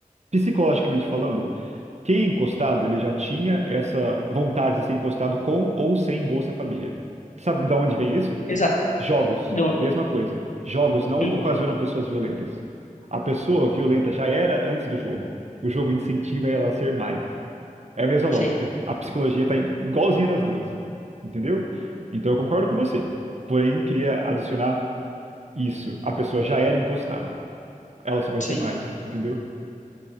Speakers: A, on the right (about 55°); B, on the left (about 60°).
A: Psicologicamente falando, quem é encostado, ele já tinha essa vontade de ser encostado com ou sem Bolsa Família. Sabe de onde vem isso?
B: Exato.
A: Jogos.
B: Não,
A: Mesma coisa. Jogos não
B: hum,
A: ocasionam pessoas violentas. A pessoa violenta já era antes do jogo. O jogo incentiva ela a ser mais. É a mesma lógica.
B: sim,
A: A psicologia tá igualzinha nas duas. Entendeu? Então eu concordo com você. Porém, queria adicionar isso. A pessoa já era encostada. Ela só vai
B: sim.
A: ser mais, entendeu?